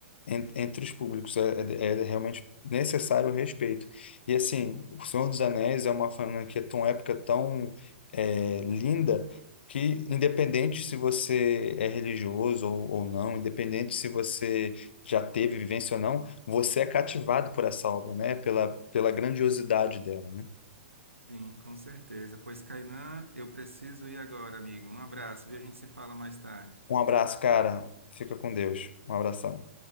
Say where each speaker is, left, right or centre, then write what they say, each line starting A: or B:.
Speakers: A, on the left; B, on the right.
A: En- Entre os públicos é, é- é realmente necessário o respeito. E assim, O Senhor dos Anéis é uma franquia tão épica, tão é, linda, que independente se você é religioso ou, ou não, independente se você já teve vivência ou não, você é cativado por essa obra, né? Pela, pela grandiosidade dela, né?
B: Sim, com certeza. Pois, Kainan, eu preciso ir agora, amigo. Um abraço, viu? A gente se fala mais tarde.
A: Um abraço, cara. Fica com Deus. Um abração.